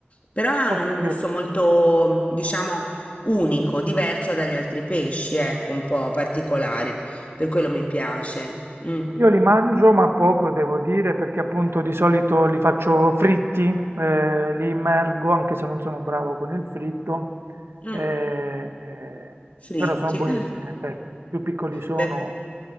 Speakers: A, on the left (about 35°); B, on the right (about 75°).
A: però hanno
B: ok.
A: un gusto molto, diciamo, unico, diverso dagli altri pesci, ecco, un po' particolare, per quello mi piace. Mm.
B: Io li mangio, ma poco devo dire, perché appunto di solito li faccio fritti, eh, li immergo, anche se non sono bravo con il fritto,
A: Mm.
B: eh, eh,
A: Fritti,
B: però sono buonissimi
A: eh.
B: in effetti. Più piccoli sono,
A: Beh.